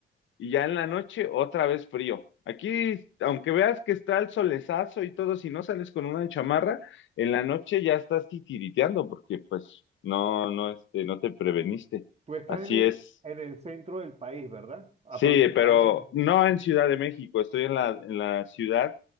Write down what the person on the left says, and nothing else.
y ya en la noche otra vez frío. Aquí, aunque veas que está el solezazo y todo, si no sales con una chamarra, en la noche ya estás titiriteando porque pues no, no, este, no te preveniste.
Así
es.
Sí, pero no en Ciudad de México, estoy en la, en la ciudad